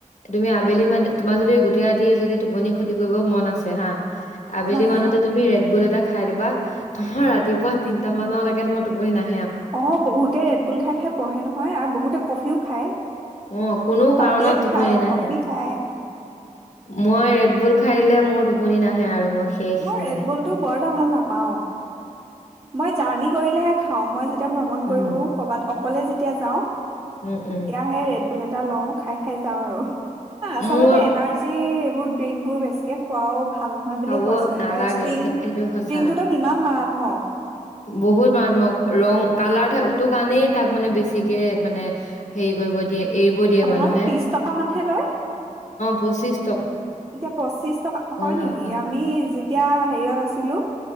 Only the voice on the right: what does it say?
হয় অ
অ বহুতেই ৰেডবুল খাই খাই পঢ়ে নহ হয় আৰু বহুতে কফিও খায়।
চকলেট
খায়
কফি খায়
মই ৰেডবুলটো
বৰটা ভাল নাপাওঁ। মই জাৰ্ণি কৰিলেহে খাওঁ মই যেতিয়া ভ্ৰমণ
কৰো কৰবাত অকলে যেতিয়া যাওঁ।
তেতিয়াহে
ৰেডবুল এটা এটা লওঁ, খাই খাই যাওঁ আৰু। আ আচলতে
এনাৰ্জি এইবোৰ ড্ৰিংকবোৰ বেছিকে খোৱাও ভাল নহয় বুলিয়ে
কৈছে
তাই ষ্ট্ৰিং
ষ্ট্ৰিংটোতে কিমান মাৰা ম
অ
আৰু বিশ টকা মানহে লয়।
এতিয়া পচিশ টকা, হয়
নেকি আমি যেতিয়া হেৰিয়ত আছিলো,